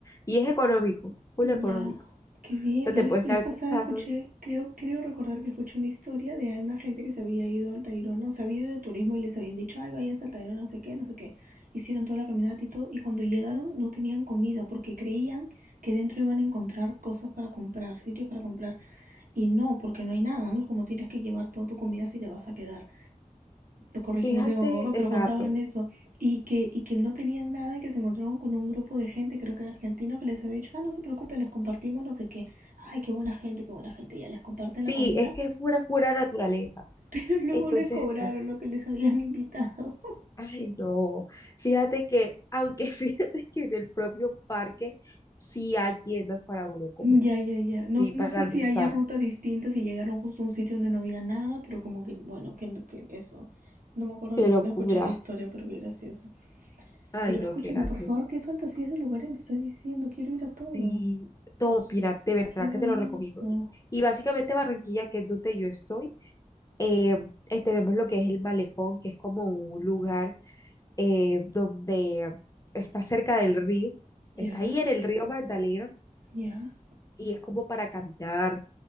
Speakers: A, on the left; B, on the right.
A: Y es económico, full
B: Ya,
A: económico.
B: qué
A: O
B: bien.
A: sea, te
B: La vez,
A: puede estar
B: la vez pasada
A: costando,
B: escuché, creo, creo recordar que escuché una historia de una gente que se había ido al Tayrona, o se había ido de turismo y les habían dicho, ay, váyanse al Tayrona, no sé qué, no sé qué. Hicieron toda la caminata y todo, y cuando llegaron no tenían comida porque creían que dentro iban a encontrar cosas para comprar, sitios para comprar, y no, porque no hay nada, ¿no? Es como tienes que llevar toda tu comida si te vas a quedar corrígeme
A: fíjate,
B: si me equivoco,
A: exacto.
B: pero contaban eso, y que, y que no tenían nada, y que se encontraron con un grupo de gente, creo que argentino que les había dicho, ah, no se preocupen, les compartimos, no sé qué, ay, qué buena gente, qué buena gente, ya les comparten
A: Sí,
B: la comida,
A: es que es pura, pura naturaleza.
B: <laughs> pero luego
A: Entonces,
B: les cobraron
A: no.
B: lo que les habían invitado. <laughs>
A: Ay, no. Fíjate que, aunque <laughs> fíjate que en el propio parque sí hay tiendas para uno comer,
B: Ya, ya, ya, no,
A: sí, para
B: no sé
A: almorzar.
B: si haya rutas distintas y llegaron justo a un sitio donde no había nada, pero como que, bueno, que, que eso. No me acuerdo
A: Qué
B: ni
A: locura.
B: dónde escuché la historia, pero qué gracioso.
A: Ay,
B: Pero
A: no,
B: escúchame,
A: qué gracioso.
B: por favor, qué fantasías de lugares me estás diciendo. Quiero ir a todo.
A: Sí, no, mira, de verdad
B: Qué bonito.
A: que te lo recomiendo. Y, y básicamente Barranquilla, que es donde yo estoy, eh, eh, tenemos lo que es el malecón, que es como un lugar eh, donde está cerca del río.
B: Ya,
A: Está ahí en el río Magdalena
B: ya,
A: y es como para caminar